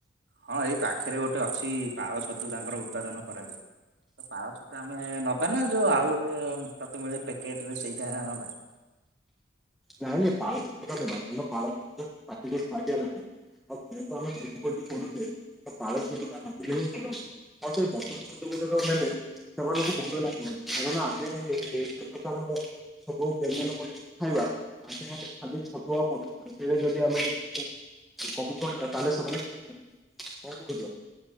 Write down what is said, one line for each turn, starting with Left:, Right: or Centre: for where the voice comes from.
Right: ହଁ ଏଇ ପାଖରେ ଗୋଟେ ଅଛି ପାଳ ଛତୁ ତାଙ୍କର ଉତ୍ପାଦନ କରାଯାଏ ତ ପାଳ ଛତୁ ଆମେ ନବା ନା ଯୋଉ ଆଉ ଗୋଟେ ତୁ ମିଳେ ପ୍ୟାକେଟରେ ସେଇଟା ନବା।
Centre: ନାଇଁ ନାଇଁ ପାଳ ଛତୁଟା ନେବା କାର ପାଳ ଛତୁଟା ପାଟିକୁ ସୁଆଦିଆ ଲାଗିବ ଆଉ ଯେହେତୁ ଆମେ ଭୋଜି ଭୋଜି ପାଳ ଛତୁଟା ନାଗିଲେ ହିଁ ଭଲ ହୁ ଆଉ ସେ ବଟନ ଛତୁ ଗୁଡାକ ନେଲେ ସେମାନଙ୍କୁ ଭଲ ଲାଗିବନି କାରଣ ଆମେ ଏତେ ପ୍ରକାର ସବୁ ବ୍ୟଞ୍ଜନ ମ ଖାଇବା ଆଜ୍ଞା ଆ ଖାଲି ଛତୁଆ ପଶା ସେରେ ଯଦି ଆମେ ଟିକେ କମି ପିବା ତାହେଲେ ସେମାନେ ଖାଇପାରିବେ କଣ କରୁଛ।